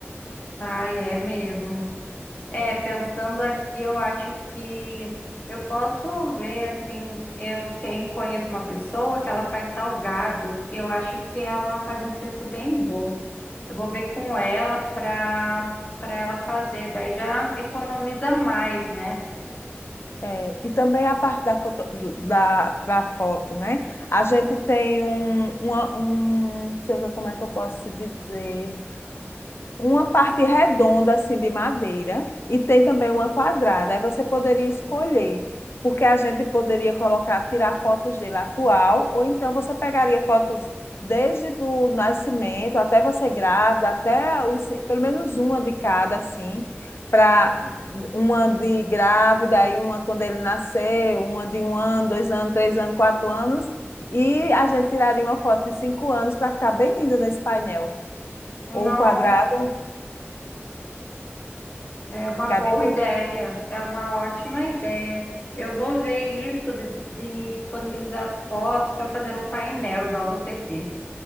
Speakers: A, on the left (about 40°); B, on the left (about 60°).
A: Ai, é mesmo. É, pensando aqui, eu acho que eu posso ver, assim, eu tenho, conheço uma pessoa que ela faz salgados e eu acho que ela faz um preço bem bom. Eu vou ver com ela para para ela fazer, daí já economiza mais, né?
B: É, e também a parte da foto, do- da, da foto, né? A gente tem um, uma- um, deixa eu ver como é que eu posso te dizer. Uma parte redonda, assim, de madeira, e tem também uma quadrada. Aí você poderia escolher, porque a gente poderia colocar, tirar fotos dele atual, ou então você pegaria fotos desde do nascimento até você grávida, até os, ci- pelo menos uma de cada, assim, para uma de grávida, aí uma quando ele nascer uma de um ano, dois anos, três anos, quatro anos, e a gente tiraria uma foto de cinco anos para ficar bem linda nesse painel,
A: Não,
B: ou quadrado.
A: é uma
B: Ficaria
A: boa ideia,
B: lindo.
A: é uma ótima ideia. Eu vou ver isso de, de disponibilizar as fotos para fazer o painel, igual você disse.